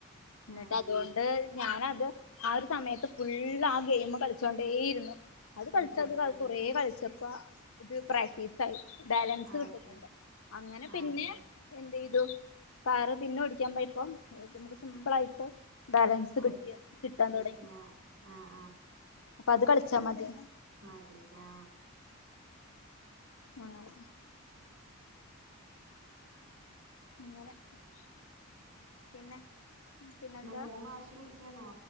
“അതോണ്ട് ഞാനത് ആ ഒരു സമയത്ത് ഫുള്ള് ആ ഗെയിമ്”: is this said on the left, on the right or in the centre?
Left